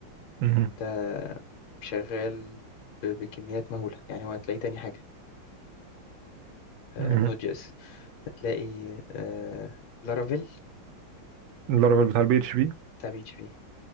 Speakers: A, on the right (about 75°); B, on the left (about 70°).
A: مهم.
B: ده شغال ب- بكميات مهولة يعني هو هتلاقيه تاني حاجة النود
A: مهم.
B: جي اس هتلاقي لارافيل
A: اللارفل بتاع البي اتش بي
B: تبع بي اتش بي